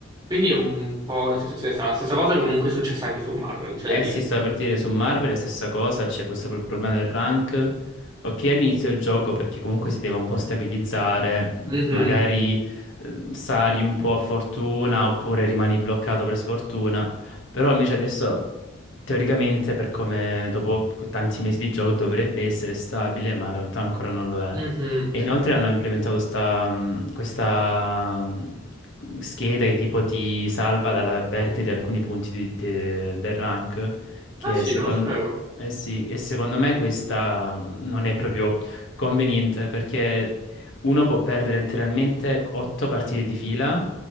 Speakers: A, on the right; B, on the left.
A: Quindi è un po' una situazione strana. Stessa cosa comunque è successa anche su Marvel, c'è
B: Eh
A: da dire.
B: sì, stavo per dire su Marvel è la stessa cosa, c'è questo pro- problema del rank. Ok, all'inizio del gioco perché comunque si deve un po' stabilizzare, mm,
A: Mhm,
B: magari ehm, sali un po' a fortuna oppure rimani bloccato per sfortuna, però invece adesso teoricamente per come dopo tanti mesi di gioco dovrebbe essere stabile, ma in realtà ancora non lo è.
A: mhm.
B: E inoltre hanno implementato sta, mh, questa mh, scheda che tipo ti salva dalla perdita di alcuni punti di- de- del rank, che
A: Ah sì,
B: secondo,
A: non lo sapevo.
B: eh sì, e secondo me questa mh, non è proprio conveniente perché uno può perdere letteralmente 8 partite di fila